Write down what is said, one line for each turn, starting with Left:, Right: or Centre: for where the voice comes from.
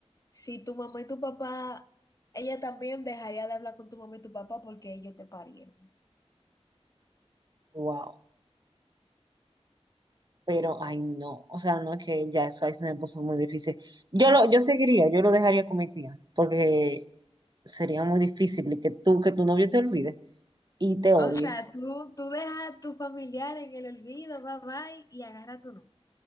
Left: Si tu mamá y tu papá, ella también dejaría de hablar con tu mamá y tu papá porque ellos te parieron.
Right: Wow. Pero, ay, no. O sea, no es que ya eso ahí se me puso muy difícil. Yo lo, yo seguiría, yo lo dejaría con mi tía. Porque sería muy difícil que tú, que tu novio te olvide y te odie.
Left: O sea, tú, tú dejas a tu familiar en el olvido, bye bye, y agarra tu número